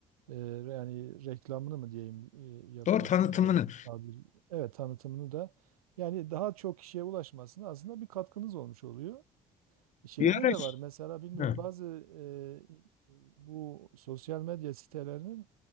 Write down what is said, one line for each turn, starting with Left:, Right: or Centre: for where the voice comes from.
Right: e, yani reklamını mı diyeyim e, yapıyorsunuz
Left: Doğru tanıtımını.
Right: belki tabiri. Evet tanıtımını da yani daha çok kişiye ulaşmasına aslında bir katkınız olmuş oluyor. Şeyde
Left: Bir ara.
Right: de var mesela bilmiyorum
Left: Hı
Right: bazı e, bu sosyal medya sitelerinin